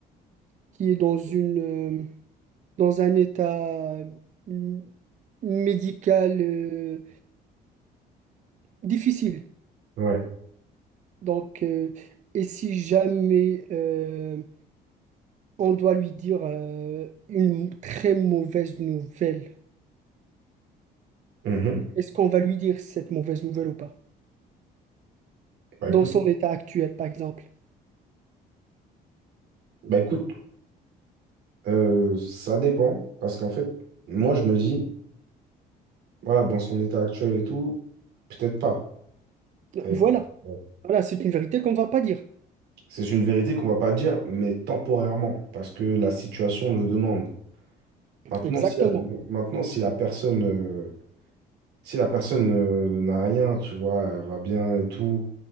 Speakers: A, on the right; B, on the right.
A: qui est dans une, euh, dans un état euh, médical euh, difficile.
B: Ouais.
A: Donc, euh, et si jamais euh, on doit lui dire euh, une très mauvaise nouvelle,
B: Mhm.
A: est-ce qu'on va lui dire cette mauvaise nouvelle ou pas?
B: Bah
A: Dans
B: écoute,
A: son état actuel, par exemple.
B: bah écoute, euh, ça dépend, parce qu'en fait, moi, je me dis, voilà, dans son état actuel et tout, peut-être pas. Et,
A: Voilà,
B: euh,
A: voilà, c'est une vérité qu'on ne va pas dire.
B: C'est une vérité qu'on va pas dire, mais temporairement, parce que la situation le demande. Maintenant,
A: Exactement.
B: si la, maintenant, si la personne, euh, si la personne, euh, n'a rien, tu vois, elle va bien et tout,